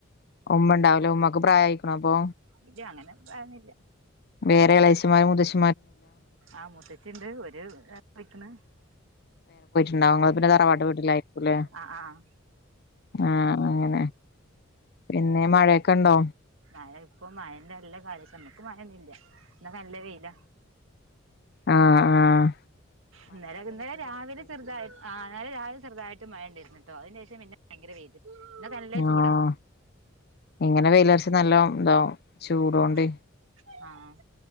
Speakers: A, on the left (about 50°); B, on the right (about 80°).
A: ഉമ്മണ്ടാവൂല ഉമ്മാക്ക് പ്രായയ്ക്ക്ണൊപ്പോ
B: ഇജ് അങ്ങനെ പ്രായൊന്നില്ല
A: വേറെളേച്ചമാരൊ മൂത്തച്ച
B: ആഹ് മുത്തച്ചിണ്ട് ഒരു <unintelligible>
A: ണ്ടാവും ങള് പിന്നെ തറവാട്ട് വീട്ടിലായിരിക്കുംലെ
B: ആഹ് ആഹ് ആഹ്
A: ആഹ് അങ്ങനെ പിന്നെ മഴയൊക്കെ ഇണ്ടോ
B: മഴ ഇപ്പൊ മഴന്റെ നല്ല കാലസ്ഥണ്ട് ഇക്ക് മഴൊന്നുംല്ല ന്നാ നല്ല വെയില
A: ആഹ് ആഹ്
B: ഇന്നലൊരു ഇന്നലെ രാവിലെ ചെറ്തായി ആഹ് ഇന്നലെ രാവിലെ ചെറുതായിട്ട് മഴണ്ടെര്ന്നു ട്ടൊ അതിന് ശേഷം പിന്നെ ഭയങ്കര വെയില് ഇന്നൊക്കെ നല്ല
A: ആഹ്
B: ചൂടാ
A: ഇങ്ങനെ വെയിലര്ച്ച നല്ലോം താവും ചൂടോണ്ടെ
B: ആഹ് ആഹ് ആഹ്